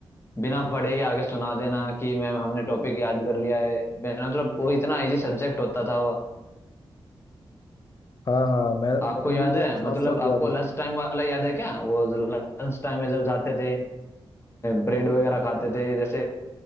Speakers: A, on the left (about 25°); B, on the left (about 45°).
A: बिना पढ़े ही आगे सुना देना कि मैम हमने टॉपिक याद कर लिया है बिना मतलब वो इतना इजी सब्जेक्ट होता था वो
B: हाँ हाँ मैं
A: आपको
B: मुझे
A: याद
B: तो
A: है
B: साफ
A: मतलब
B: साफ
A: आपको
B: याद है
A: लंच टाइम वाला याद है क्या वो लंच टाइम में जब जाते थे ब्रेड वगैरह खाते थे जैसे